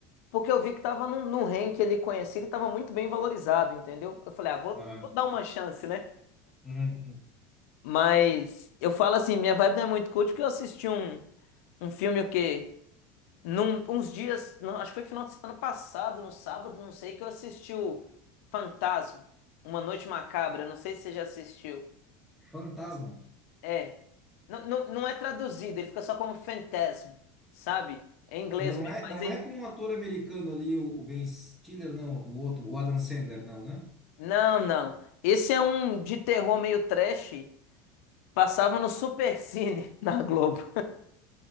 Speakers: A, on the left; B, in the centre.
A: porque eu vi que tava num, num ranking ali conhecido e tava muito bem valorizado, entendeu? Eu falei, ah, vou,
B: Aham.
A: vou dar uma chance, né?
B: Uhum. uhum.
A: Mas eu falo assim, minha vibe não é muito cult porque eu assisti um, um filme o quê? Num, uns dias, não, acho que foi final de semana passado, no sábado, não sei, que eu assisti o Fantasma, Uma Noite Macabra, não sei se você já assistiu.
B: Fantasma.
A: É. Não, não, não é traduzido, ele fica só como Fantasm, sabe? É em inglês
B: Não
A: mesmo,
B: é,
A: mas
B: não
A: aí.
B: é com um ator americano ali, o, o Ben Stiller, não, o outro, o Adam Sandler, não, né?
A: Não, não. Esse é um de terror meio trash. Passava no Supercine <laughs> na Globo.